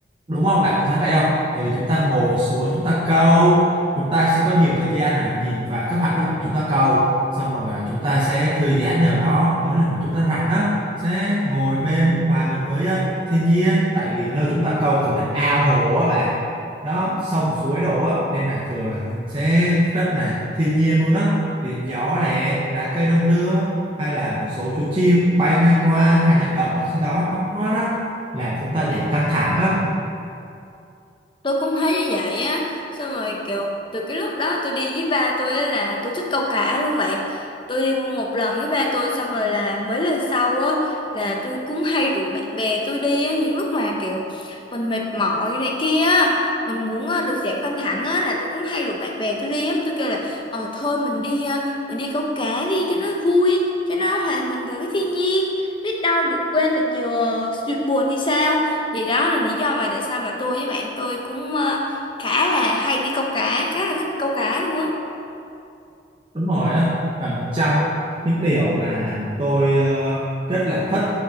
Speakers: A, on the right (about 25°); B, on the left (about 25°).
A: đúng không bạn có thấy vậy không tại vì chúng ta ngồi xuống chúng ta câu chúng ta sẽ có nhiều thời gian là nhìn vào các hoạt động của chúng ta câu xong rồi à, chúng ta sẽ thư giãn ở đó mỗi lần mà chúng ta rảnh á sẽ ngồi bên hòa mình với ờ, thiên nhiên tại vì nơi chúng ta câu thường là ao hồ á bạn đó sông suối đồ á nên là thường là sẽ rất là thiên nhiên luôn á tiếng gió này lá cây đong đưa hay là một số chú chim bay ngang qua hay là đậu ở trên đó nó hót á làm chúng ta giảm căng thẳng á
B: tôi cũng thấy như vậy á xong rồi kiểu từ cái lúc đó tôi đi với ba tôi á là tôi thích câu cá luôn bạn tôi đi một lần với ba tôi xong rồi là mấy lần sau á là tôi cũng hay rủ bạn bè tôi đi á những lúc mà kiểu mình mệt mỏi này kia á mình muốn á, được giảm căng thẳng á là tôi cũng hay rủ bạn bè tôi đi á tôi kêu là ờ thôi mình đi à, mình đi câu cá đi cho nó vui cho nó hòa mình vào với thiên nhiên biết đâu được quên được nhiều ờ, chuyện buồn thì sao thì đó là lý do mà tại sao mà tôi với bạn tôi cũng ờ, khá là hay đi câu cá khá là thích câu cá luôn á
A: đúng rồi đó và một trong những điều mà tôi ờ, rất là thích